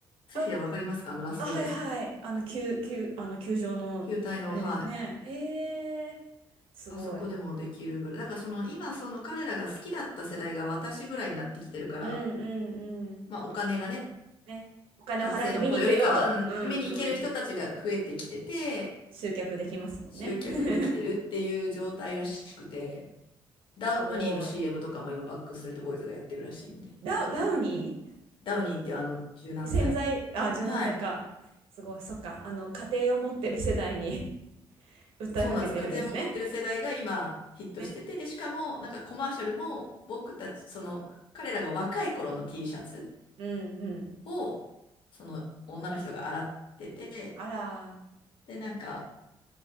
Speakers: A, on the left (about 65°); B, on the right (about 85°).
A: スフィアわかりますかあの、
B: あ
A: ラスベガスの。
B: あ、はいはい。あの、球、球、あの、球場の、
A: 球体の、
B: あれですね。
A: はい。
B: えー、すごい。
A: あそこでもできるぐらい。だからその、今、その彼らが好きだった世代が私ぐらいになってきてるから、
B: うんうんうん。
A: まあお金がね、
B: ね。お金を払って見に行くよと。
A: 学生の子よりかは、うん、
B: うんうん。
A: 見に行ける人たちが増えてきてて、
B: 集客できますもんね。
A: 集客できてるっていう状態らしくて、
B: <laughs>
A: ダウニーの
B: すごい。
A: CM とかも今、バックストリートボーイズがやってるらしいんで。
B: ダウ、ダウニ
A: ダウニーっていうあの柔軟剤。
B: ー洗剤、あ、柔軟剤か。
A: はい。
B: すごい。そっか。あの、家庭を持ってる世代に <laughs> 訴えかけてるんですね。
A: そうなんです。家庭持ってる世代が今ヒットしてて、
B: ね。
A: で、しかもなんかコマーシャルも僕たち、その彼らが若い頃の T シャツ
B: うんうん。
A: をその女の人が洗ってて、
B: あら。
A: で、なんか